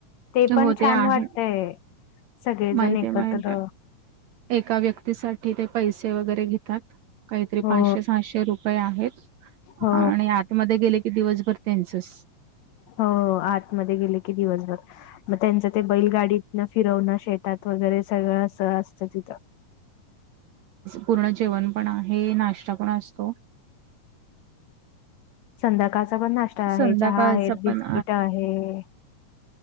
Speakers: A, on the left (about 80°); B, on the right (about 70°).
A: ते
B: हो
A: पण छान
B: आहे
A: वाटतय सगळेजण
B: माहित
A: एकत्र.
B: आहे माहित आहे. एका व्यक्तीसाठी ते पैसे वगैरे घेतात काहीतरी
A: हो
B: पाचशे सहाशे रुपये आहेत.
A: हो
B: आणि आतमध्येध्ये गेले की दिवसभर त्यांचच.
A: हो आतमध्ये गेले की दिवसभर मग त्यांचं ते बैलगाडीत फिरवण शेतात वगैरे सगळं असं असतं तिथं.
B: पूर्ण जेवण पण आहे नाश्ता पण असतो.
A: संध्याकाळचा पण नाश्ता आहे
B: संध्याकाळचा
A: चहा आहेत बिस्किट
B: पण
A: आहे.